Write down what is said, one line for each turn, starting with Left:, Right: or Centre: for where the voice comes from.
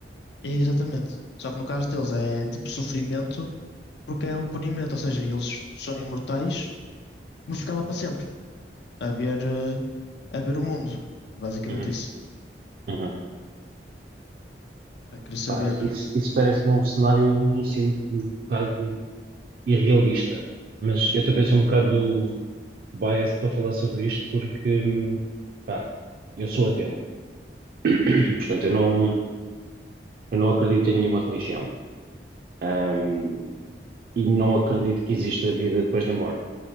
Left: É, exatamente. Só que no caso deles é tipo sofrimento, porque é o punimento, ou seja, eles são imortais, vão ficar lá para sempre, a ver, eh, a ver o mundo. É Basicamente
Right: Uhum.
Left: isso.
Right: Uhum.
Left: Pá, Queria saber.
Right: Pá, isso, isso parece-me um cenário assim, um bocado irrealista. Mas eu também sou um bocado biased para falar sobre isto porque, pá, eu sou ateu. <coughs> <clears throat> Portanto, eu não, eu não acredito em nenhuma religião. Ahm, e não acredito que exista vida depois da morte.